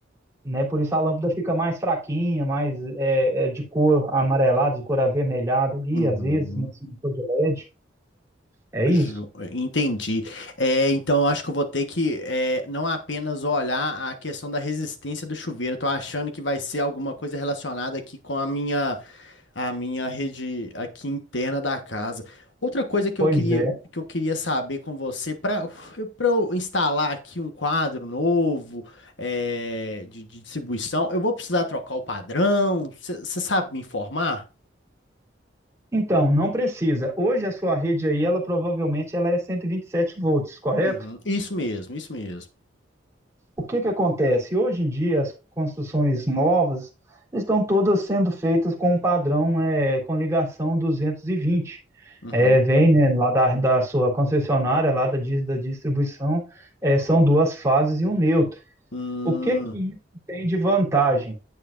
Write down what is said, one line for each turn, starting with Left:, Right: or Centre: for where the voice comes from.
Right: né? Por isso a lâmpada fica mais fraquinha, mais é, é, de cor amarelada, de cor avermelhada ali,
Left: uhum.
Right: às vezes, né? Se não for de LED. É isso?
Left: Ju- Entendi. É, então eu acho que eu vou ter que é, não apenas olhar a questão da resistência do chuveiro. Eu tô achando que vai ser alguma coisa relacionada aqui com a minha a minha rede aqui interna da casa. Outra coisa que
Right: Pois
Left: eu queria
Right: é.
Left: que eu queria saber com você para para eu instalar aqui um quadro novo é, de, de distribuição, eu vou precisar trocar o padrão. Você sabe me informar?
Right: Então, não precisa. Hoje a sua rede aí, ela provavelmente ela é 127 volts, correto?
Left: Uhum. Isso mesmo, isso mesmo.
Right: O que que acontece? Hoje em dia as construções novas estão todas sendo feitas com um padrão é, com ligação 220.
Left: Uhum.
Right: É, vem, né, lá da, da sua concessionária, lá da, dis- da distribuição, é, são duas fases e um neutro.
Left: Hum.
Right: O que que isso tem de vantagem?